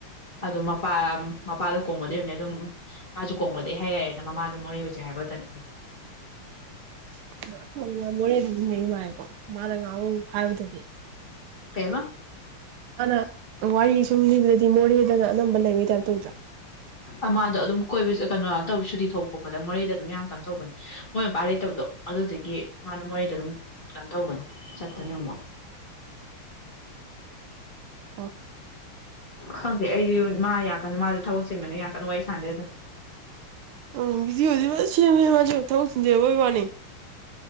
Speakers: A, on the left; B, on the right.
A: ꯑꯗꯣ ꯃꯄꯥ ꯃꯄꯥꯗꯣ ꯀꯣꯡꯕꯗꯩ ꯑꯣꯏꯕꯅꯤꯅ ꯑꯗꯨꯝ ꯃꯥꯁꯨ ꯀꯣꯡꯕꯗꯩ ꯍꯥꯏ ꯌꯥꯔꯦꯅ ꯃꯃꯥꯗꯣ ꯃꯣꯔꯦ ꯑꯣꯏꯖꯩ ꯍꯥꯏꯕꯇꯅꯤ
B: ꯑꯥ ꯃꯣꯔꯦꯗꯒꯤ ꯂꯩ ꯃꯥꯜꯂꯦꯀꯣ ꯃꯥꯅ ꯉꯥꯡꯉꯨ ꯍꯥꯏꯕꯗꯗꯤ
A: ꯀꯩꯕꯥ
B: ꯃꯥꯅ ꯋꯥꯔꯤ ꯁꯨꯝ ꯂꯤꯕꯗꯗꯤ ꯃꯣꯔꯦꯗꯅ ꯑꯅꯝꯕ ꯂꯩꯕꯩ ꯇꯥꯏꯞ ꯇꯧꯗ꯭ꯔꯥ
A: ꯑ ꯃꯥꯥꯗꯣ ꯑꯗꯨꯝ ꯀꯣꯏꯕ ꯀꯩꯅꯣ ꯑꯥ ꯇꯧ ꯁꯨꯇꯤ ꯊꯣꯛꯄ ꯈꫭꯠꯄꯗ ꯃꯣꯔꯦꯗ ꯑꯗꯨꯝ ꯌꯥꯝ ꯀꯟ ꯇꯧꯕꯅꯤ ꯃꫭꯏ ꯃꯄꯥ ꯂꯩꯇꯕꯗꯣ ꯑꯗꯨꯗꯒꯤ ꯃꯥꯗꫭ ꯃꯣꯔꯦꯗ ꯑꯗꯨꯝ ꯀꯩꯅꯣ ꯇꯧꯕꯅꯤ ꯆꯠꯄꯅꯤ ꯑꯃꯨꯛ
B: ꯑꯣ
A: ꯈꯪꯗꯦ ꯑꯩꯁꯨ ꯃꯥ ꯌꯥ ꯀꯥꯟ ꯃꯥꯁꯨ ꯊꯕꯛ ꯆꯤꯟꯕꯅꯤ ꯌꯥꯝ ꯀꯟꯅ ꯋꯥꯔꯤ ꯁꯥꯟꯅꯗꯦꯗ
B: ꯎꯝ ꯚꯤꯗꯤꯑꫭꯗꯤ ꯐꯖꯅ ꯁꯦꯝꯃꯦꯍꯦ ꯃꯥꯖꯨ ꯊꯕꯛ ꯆꯤꯟꯖꯩ ꯍꯥꯏꯕꯩ ꯋꯥꯅꯤ